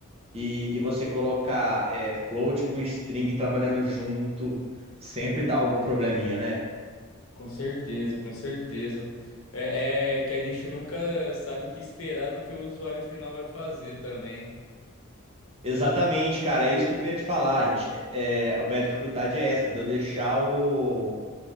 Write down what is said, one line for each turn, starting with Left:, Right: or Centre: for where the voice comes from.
Right: e, e você colocar é, float com string trabalhando junto, sempre dá algum probleminha, né?
Left: Com certeza, com certeza. É, é que a gente nunca sabe o que esperar do que o usuário final vai fazer também.
Right: Exatamente, cara, é isso que eu queria te falar. A gente, é, é, a minha dificuldade é esta, de eu deixar o